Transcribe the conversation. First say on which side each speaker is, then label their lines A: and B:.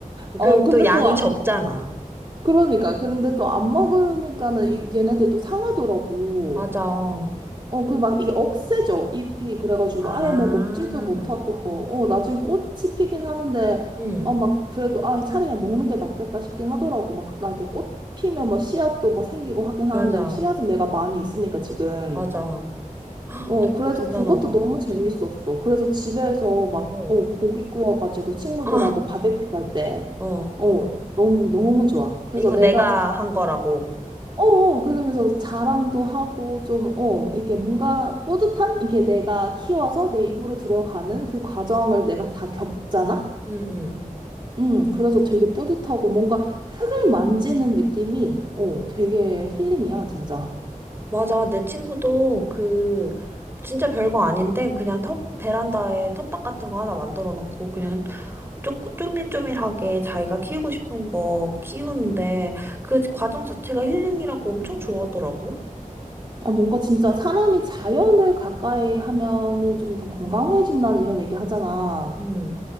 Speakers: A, on the right; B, on the right.
A: 어,
B: 그리고
A: 근데
B: 또 양이
A: 또, 아-
B: 적잖아.
A: 그러니까. 그런데 또 안 먹으니까는 이- 얘네들도 상하더라고.
B: 맞아.
A: 어, 그 막 이게 억세죠, 잎이. 그래가지고
B: 아,
A: 아예 뭐 먹지도 못하고 뭐, 어, 나중에 꽃이 피긴 하는데,
B: 응,
A: 어, 막 그래도 아, 차라리 그냥 먹는 게 낫겠다 싶긴 하더라고. 막 나 이게 꽃 피면 막 씨앗도 막 생기고 하긴
B: 맞아,
A: 하는데, 씨앗은 내가 많이 있으니까 지금.
B: 맞아.
A: 어,
B: 되게
A: 그래서
B: 대단하다.
A: 그것도 너무 재밌었어. 그래서 집에서 막,
B: 어,
A: 어, 고기 구워가지고 친구들하고
B: 아
A: 바베큐 할 때,
B: 어.
A: 어, 너무, 너무 좋아. 그래서
B: 이거
A: 내가
B: 내가 한 거라고.
A: 어, 어, 그러면서 자랑도 하고 좀, 어, 이게 뭔가 뿌듯한? 이게 내가 키워서 내 입으로 들어가는 그 과정을 내가 다 겪잖아?
B: 응, 응.
A: 음, 그래서 되게 뿌듯하고 뭔가 흙을 만지는 느낌이, 어, 되게 힐링이야, 진짜.
B: 맞아. 내 친구도 그, 진짜 별거 아닌데, 그냥 텃, 베란다에 텃밭 같은 거 하나 만들어 놓고, 그냥 쪼, 쪼밀쪼밀하게 자기가 키우고 싶은 거 키우는데, 그 과정 자체가 힐링이라고 엄청 좋아하더라고.
A: 아, 뭔가 진짜 사람이 자연을 가까이 하면은 좀 더 건강해진다는 이런 얘기 하잖아.
B: 응.